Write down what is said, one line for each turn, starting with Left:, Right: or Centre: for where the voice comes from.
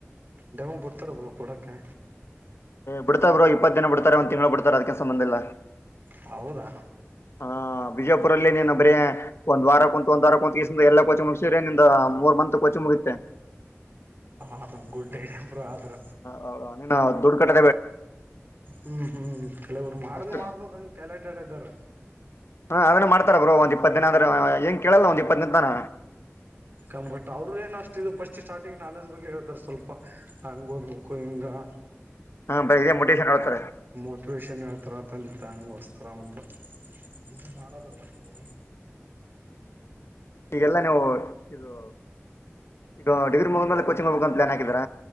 Right: ಡಮ ಬಿಡ್ತಾರ ಬ್ರೋ ಕೊಡಕ್ಕೆ
Left: ಬಿಡ್ತಾರೆ ಬರು ಇಪ್ಪತ್ತು ದಿನ ಬಿಡ್ತಾರೆ ಒಂದು ತಿಂಗಳು ಬಿಡ್ತಾರೆ ಅದಕ್ಕಕ್ಕೆ ಸಂಬಂಧಿಲ್ಲ
Right: ಹೌದಾ
Left: ಹಾ ಬಿಜಾಪುರಲ್ಲ ನೀನ ಬರೇ ಒಂದ್ ವಾರ ಕುಂತ ಒಂದ್ ವಾರ ಕುಂತಸಿಂದ ಎಲ್ಲ ಕೋಚಿ ಮುಗಸಿದ್ರೆ ನಿಂದ ಮೂರ್ ಮಂತತ್ ಕೋಚಿ ಮುಗಿತೆ
Right: ಹ ಗುಡ್ ಡೈಟ್ ಇಂಪ್ರೂವ್ ಆದ್ರ
Left: ಹೌದು ಇ ದುಡ್ ಕಟ್ಟ
Right: ಹ್ಮ್ ಹ್ಮ್ ಕೆಲವ್ರು ಮಾಡನ್
Left: ಅಷ್ಟು
Right: ಮಾಡ್ಬೋದ ಹಂಗ್ ಟ್ಯಾಲೆಂಟೆಡ್ ಇದ್ದಾರ
Left: ಹಾ ಅದನ್ನ ಮಾಡ್ತಾರ ಬ್ರೋ ಒ್ ಇಪ್ಪತ್ತ ದೇನ ಆದ್ರ ಏಂಗ ಕೇಳಲ್ಲ ಒಂದ್ ಇಪ್ಪತ್ತನನ
Right: ಕಂಬಟ್ ಅವ್ರರುಗ್ ಏನು ಅಷ್ಟ ಇದು ಫಸ್ಟ್ ಸ್ಟಾರ್ಟಿಂಗ್ ನಾಲೆಜ್ ಬಗ್ಗೆ ಹೇಳ್ತಾರೆ ಸ್ವಲ್ಪ ಅಂಗಂಗೋದಗಕ ಎಂಗಾಗ
Left: ಹಾ ಬರಿೀೇ ಮೊಟೇಶಷನ್ ಹಳ್ತಾರೆ
Right: ಮೋಟಿವೇಷನ್ ಎಳ್ತರತಂದ ತಾಂಗ್ ವಸ್ತರಹಾಮದ ಬಟ್ಟ ಇದು ನಾರ ಬವತದೆ
Left: ಹ್ಮ್ ಈಗೆಲ್ಲ ನೀವು ಇದು ಈಗ ಡಿಗ್ರಿ ಮುಗಿದೇಲೆ ಕೋಚಿಂಗ್ ಹೋಗಾಬೆಕಂತ ಪ್ಲಾನ್ ಹಾಕಿದಿರ